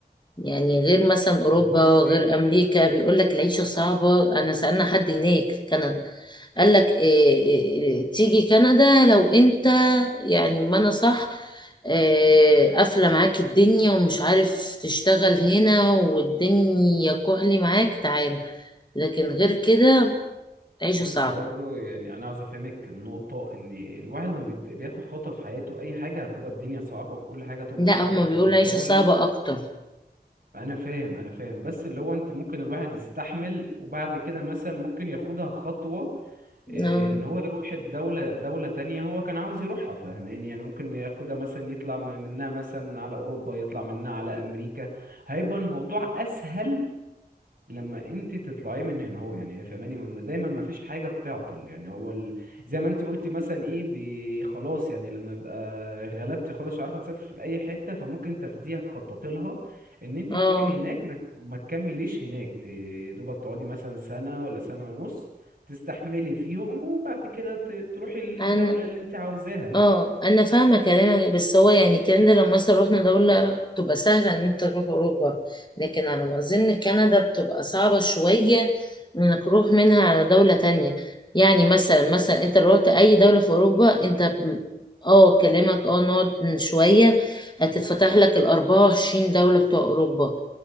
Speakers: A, on the left (about 25°); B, on the right (about 55°).
A: يعني غير مثلا اوروبا
B: بصي
A: غير امريكا بيقول لك العيشه صعبه انا سالنا حد هناك في كندا قال لك إيه إيه تيجي كندا لو انت يعني ما انا صح إيه قافله معاك الدنيا ومش عارف تشتغل هنا والدنيا كحلي معاك تعالى لكن غير كده عيشه
B: بصي
A: صعبه
B: برضو يعني انا عاوز افهمك النقطه ان الواحد لما بيت- بياخد خطوه في حياته اي حاجه هتبقى الدنيا صعبه وكل حاجه هتبقى
A: لا
B: صعبه
A: هما
B: في
A: بيقولوا
B: كل الدول
A: عيشه صعبه اكتر
B: انا فاهم انا فاهم بس اللي هو انت ممكن الواحد يستحمل وبعد كده مثلا ممكن ياخدها خطوه إيه،
A: اه
B: ان هو يروح الدولة دولة تانية هو كان عاوز يروحها فاهماني يعني ممكن ياخدها مثلا يطلع م- منها مثلا على اوروبا يطلع منها على امريكا هيبقى الموضوع اسهل لما انت تطلعي من هنا هو يعني فاهماني ما- دايما ما فيش حاجه بتعطل يعني هو ال... زي ما انت قلتي مثلا ايه بي- خلاص يعني لما يبقى غلبتي خلاص مش عارفه تسافري لاي حته فممكن تاخديها تخططي لها ان انت
A: اه
B: تروحي هناك ما... ت- وما تكمليش هناك ت- دوبك تقعدي مثلا سنه ولا سنه ونص تستحملي فيهم وبعد كده ت... تروحي الدوله
A: انا
B: اللي انت عاوزاها
A: اه انا فاهمه كلامك بس هو يعني الكلام ده لو مثلا رحنا دوله تبقى سهله ان انت تروح اوروبا لكن على ما اظن كندا بتبقى صعبه شويه انك تروح منها على دوله تانية يعني مثلا مثلا انت لو رحت اي دوله في اوروبا انت ب- اه كلامك اه نقعد شويه هتتفتح لك ال 24 دوله بتوع اوروبا